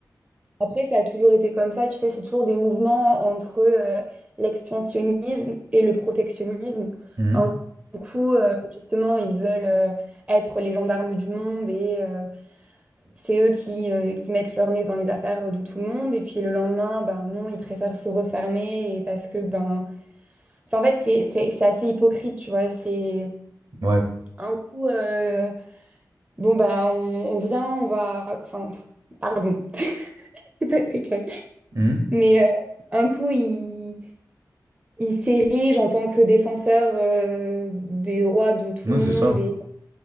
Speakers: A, on the right; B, on the right.
A: Après, ça a toujours été comme ça, tu sais, c'est toujours des mouvements entre euh, l'expansionnisme et le protectionnisme.
B: Mhm.
A: Un coup, euh, justement, ils veulent euh, être les gendarmes du monde et euh, c'est eux qui, euh, qui mettent leur nez dans les affaires de tout le monde. Et puis le lendemain, ben non, ils préfèrent se refermer et parce que, ben... Enfin, en fait, c'est, c'est, c'est assez hypocrite, tu vois. C'est
B: Ouais.
A: un coup, euh, bon, bah, on, on vient, on va... Enfin, pardon, <laughs> c'est pas très clair.
B: Mhm.
A: Mais euh, un coup, ils... il s'érige en tant que défenseur euh, des droits de tout
B: Oui,
A: le monde.
B: c'est ça.
A: Et,